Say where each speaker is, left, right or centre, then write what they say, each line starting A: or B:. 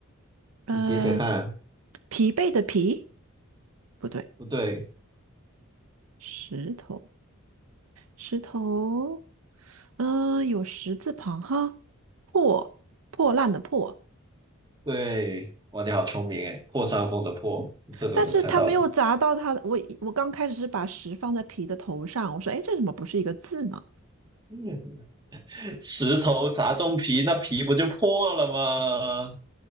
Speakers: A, on the right; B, on the right.
A: 呃，
B: 你写写看，
A: 疲惫的疲，不对，
B: 不对，
A: 石头，石头，嗯、有石字旁哈，破，破烂的破。
B: 对，哇，你好聪明诶，破伤风的破，你这都能猜到了。
A: 但是它没有砸到它的。我我刚开始是把十放在皮的头上，我说，哎，这怎么不是一个字呢？
B: <laughs> 石头砸中皮，那皮不就破了吗？